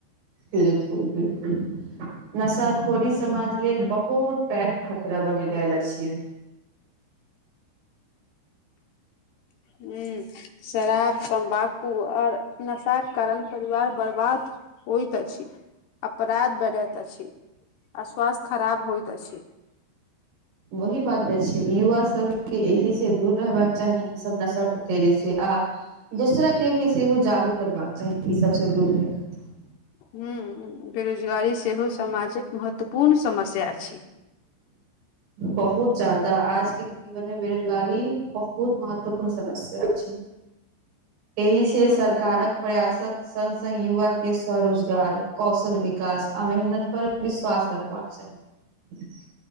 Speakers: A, on the right; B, on the left.
A: बिल्कुल बिल्कुल नशाखोरी समाज लेल बहुत। पैघ खतरा बनि गेल अछि।
B: हूँ शराब तम्बाकू आओर। नशाक कारण परिवार बर्बाद होइत अछि। अपराध बढ़ैत अछि, आ स्वास्थ्य खराब होइत अछि।
A: वही बात अछि, युवा सब के एहि से दूर रहबाक चाही ई सब नशा। फेरी आ दूसरा के भी सेहो जागरूक करबाक चाही ई सबसँ दूर रहै। खातिर
B: हूँ बेरोजगारी सेहो समाजक महत्वपूर्ण समस्या अछि।
A: बहुत ज्यादा आजके। जीवन मे बेरोजगारी बहुत महत्वपूर्ण समस्या अछि। एहि से
B: ह
A: सरकारक
B: ह
A: प्रयासक। संग-संग युवाके स्वरोजगार कौशल विकास आ मेहनत पर विश्वास रखबाक चाही। <inaudible>